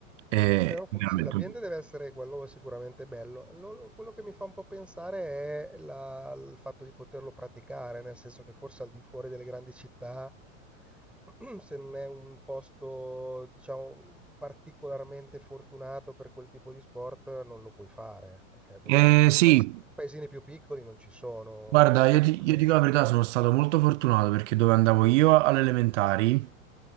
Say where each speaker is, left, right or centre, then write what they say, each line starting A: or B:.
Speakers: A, on the right (about 60°); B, in the centre.
A: è
B: Però fo-
A: veramente...
B: sì, l'ambiente deve essere quello sicuramente bello. Lo- lo- quello che mi fa un po' pensare è la- il fatto di poterlo praticare, nel senso che forse al di fuori delle grandi città, <clears throat> se non è un posto, diciamo, particolarmente fortunato per quel tipo di sport, non lo puoi fare, perché dov-
A: Eh, sì,
B: paesi- paesini più piccoli non ci sono
A: Guarda, io ti,
B: palestre.
A: io dico la verità, sono stato molto fortunato perché dove andavo io alle elementari,